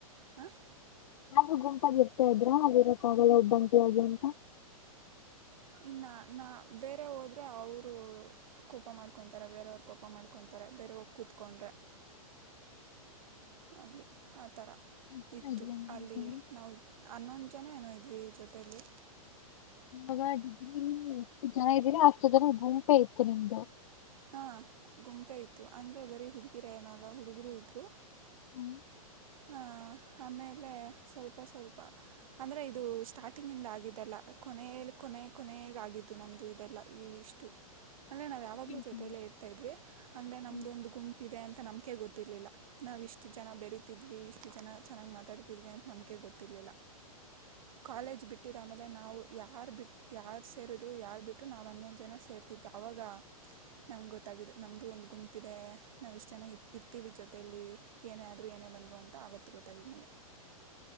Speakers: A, on the right; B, on the left.
A: ಹಾಂ
B: ಹಾಗು ಗುಂಪಾಗಿ ಇರ್ತಾ ಇದ್ರ ಆಗಿರಕ್ಕ ಆಗಲ್ಲ ಒಬ್ಬಂಟಿಯಾಗಿ ಅಂತ
A: ಇನ್ನ ನಾ ಬೇರೆ ಹೋದರೆ ಅವರು ಕೋಪ ಮಾಡ್ಕೊಂತಾರೆ ಬೇರೆಯವ್ರ ಕೋಪ ಮಾಡ್ಕೊಂತಾರೆ ಬೇರೆ ಹೋಗ ಕೂತ್ಕೊಂಡ್ರೆ ಆಗಲಿ ಆ ಥರ
B: ಹಾ,
A: ಇತ್ತು
B: ಇದ್ವಿ ನಮ್ ಗುಂಪಲ್ಲಿ.
A: ಅಲ್ಲಿ ನಾವು ಅನ್ನೊಂದು ಜನ ಏನೋ ಇದ್ವಿ ಜೊತಲಿ
B: ಇವಾಗ ಡಿಗ್ರಿಯಲ್ಲಿ ಎಷ್ಟು ಜನ ಇದ್ದೀರಾ ಅಷ್ಟು ಜನ ಗುಂಪೆ ಇತ್ತು ನಿಮ್ದು
A: ಹಾ ಗುಂಪೆ ಇತ್ತು ಅಂದ್ರ ಬರಿ ಹುಡುಗಿರೆನಲ್ಲ ಹುಡುಗರು ಇದ್ರು
B: ಹ್ಮ್.
A: ಹ ಆಮೇಲೆ ಸ್ವಲ್ಪ ಸ್ವಲ್ಪ ಅಂದ್ರೆ ಇದು ಸ್ಟಾರ್ಟಿಂಗಿಂದ ಆಗಿದ್ದಲ್ಲ ಕೊನೆಯಲಿ ಕೊನೆ ಕೊನೆಗ ಆಗಿದ್ದು ನಮ್ದು ಇದೆಲ್ಲ ಈ ಇಷ್ಟು ಅಂದ್ರೆ ನಾವ್ಯಾವಗಲೂ
B: ಸೆಕೆಂಡ್
A: ಜೊತೆ
B: ಪಿ ಯು.
A: ಯಲ್ಲೇ ಇರ್ತಾ ಇದ್ವಿ ಅಂದ್ರೆ ನಮ್ದ
B: ಹ್ಮ್.
A: ಒಂದು ಗುಂಪ್ ಇದೆ ಅಂತ ನಮ ಕೆ ಗೊತ್ತಿರ್ಲಿಲ್ಲ ನಾವವು ಇಷ್ಟು ಜನ ಬೆರೀತಿದ್ವಿ ಇಷ್ಟು ಜನ ಚೆನ್ನಾಗಿ್ ಮಾತಾಡ್ತಿದ್ವಿ ಅಂತ ನಂಬಿಕೆ ಗೊತ್ತರ್ಲಿಲ್ಲ ಕಾಲೇಜ್ ಬಿಟ್ಟಿ ತಾಮ <inaudible> ಇಲ್ಲ ನಾವು ಯಾರ್ ಬಿಟ್ಟ ಯಾರ ಸೇರಿದ್ರು ಯಾರ್ ಬಿಟ್ಟರು ನಾವವು ಹನ್ನೊಂದ್ ಜನ ಸೇರ್ತಿದ ಅವಾಗ ನಮ್ ಗೊತ್ತಿದ್ದ ನಮ್ದು ಒಂದು ಗುಂ ತಪ್ಪಿದೆ ನಾವು ಇಷ್ಟು ಜನ ಇ ಇರ್ತೀವಿ ಜೊತೆಯಲ್ಲಿ ಏನೇ ಆದರೂ ಏನೇ ಬಂದರು ಅಂತ ಆವತ್ತು ಗೊತ್ತಾಗಾಗಿದೆು ನಮಗೆ